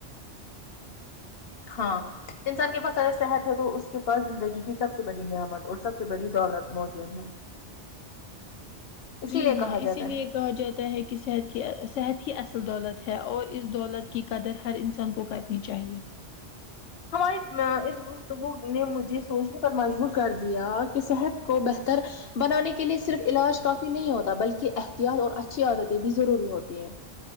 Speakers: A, on the left (about 55°); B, on the left (about 85°).
A: ہاں انسان کے پاس اگر صحت ہے تو اس کے پاس زندگی کی سب سے بڑی نعمت اور سب سے بڑی دولت موجود ہے اسی
B: جی
A: لیے
B: ہاں
A: کہا
B: اسی
A: جاتا
B: لیے
A: ہے
B: کہا جاتا ہے کہ صحت کی صحت ہی اصل دولت ہے اور اس دولت کی قدر ہر انسان کو کرنی چاہیے
A: ہمارے <unintelligible> اس میں گفتگو نے مجھے سوچنے پر مجبور کر دیا کہ صحت کو بہتر بنانے کے لیے صرف علاج کافی نہیں ہوتا بلکہ احتیاط اور اچھی عادتیں بھی ضروری ہوتی ہیں